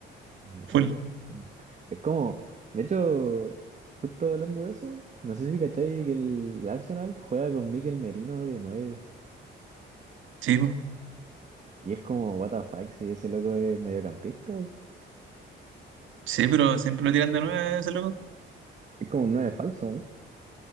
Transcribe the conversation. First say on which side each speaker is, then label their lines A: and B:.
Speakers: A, on the right; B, on the right.
A: Mm.
B: full.
A: Es como, de hecho, justo hablando de eso, no sé si cachai que el Arsenal juega con Mikel Merino de 9
B: Sí, po.
A: y es como, what the fuck, si ese loco es mediocampista.
B: Sí, pero siempre lo tiran de nueve ese loco.
A: Es como un 9 falso, ¿no?